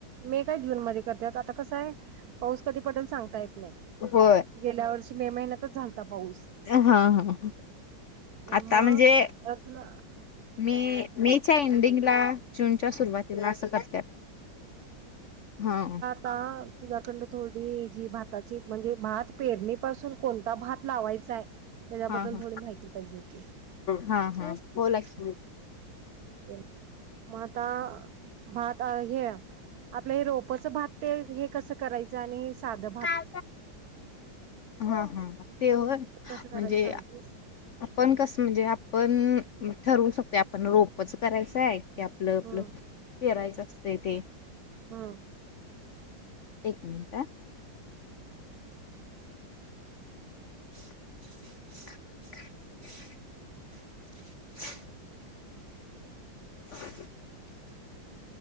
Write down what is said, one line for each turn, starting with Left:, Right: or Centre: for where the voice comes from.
Right: मे काय जून मध्ये करतात, आता कसा आहे पाऊस कधी पडेल सांगता येत नाही.
Left: होय.
Right: गेल्या वर्षी मे महिन्यातच झालता पाऊस
Left: हं.. हं..
Right: मग
Left: आता म्हणजे
Right: तुला
Left: मे, मे च्या एंडिंगला जूनच्या सुरुवातीला असं करत्यात, हां
Right: आ, तुझ्याकडन थोडी जी भाताची म्हणजे भात पेरणी पासून कोणता भात लावाय काय त्येज्या बद्दल
Left: हा हा.
Right: थोडी माहिती पाहिजे होती.
Left: हा हा बोला की
Right: म, आता भात आ ह्य आपलं हे रोपच भात ते, हे कसं करायचं आणि हे साधं भात?
Left: हा हा ते होय
Right: कसं करायचं
Left: म्हणजे
Right: सांगतेस
Left: पण कसं म्हणजे आपण ठरवू शकतोय आपण रोपच करायचं हाय. की आपलं, आपलं
Right: हम्म
Left: पेरायचं असतंय ते
Right: हम्म
Left: एक मिनटं हा <inaudible> <inaudible> <inaudible>